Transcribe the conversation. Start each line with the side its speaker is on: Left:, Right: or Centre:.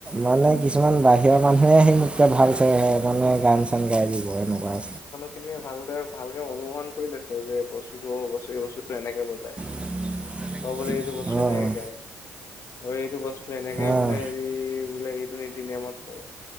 Right: মানে, কিছুমান বাহিৰৰ মানুহে আহি, মোতকৈ ভালচে মানে, গান-চান গাই দিব, এনেকুৱা।
Left: খিনিয়ে ভালদৰে, ভালকে অনুসৰণ কৰি লৈছে যে, বস্তুটো <unintelligible> এনেকে বজায়।
Right: <unintelligible>
Left: অ'! বোলে, এইটো বস্তু
Right: অ',
Left: এনেকে গায়। অ'! এইটো বস্তু এনেকে
Right: অ',
Left: বোলে, সেৰি বোলে, এইটো নীতি-নিয়মত কৰে।